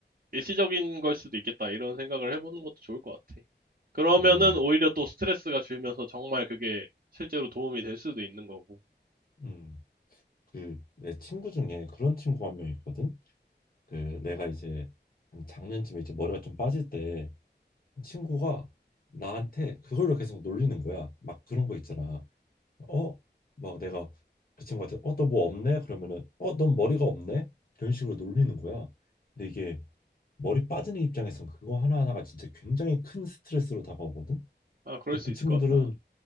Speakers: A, on the right (about 50°); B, on the left (about 55°).
A: 일시적인 걸 수도 있겠다 이런 생각을 해보는 것도 좋을 것 같아. 그러면은
B: 음,
A: 오히려 또 스트레스가 줄면서 정말 그게 실제로 도움이 될 수도 있는 거고.
B: 음. 그 내 친구 중에 그런 친구가 한 명 있거든. 그 내가 이제 한 작년쯤에 이제 머리가 좀 빠질 때 친구가 나한테 그걸로 계속 놀리는 거야. 막 그런 거 있잖아. 어, 막 내가 그 친구한테 어, 너 뭐 없네? 그러면은 어, 넌 머리가 없네? 이런 식으로 놀리는 거야. 근데 이게 머리 빠지는 입장에선 그거 하나하나가 진짜 굉장히 큰 스트레스로 다가오거든.
A: 아, 그럴
B: 근데
A: 수
B: 그
A: 있을
B: 친구들은
A: 것 같다.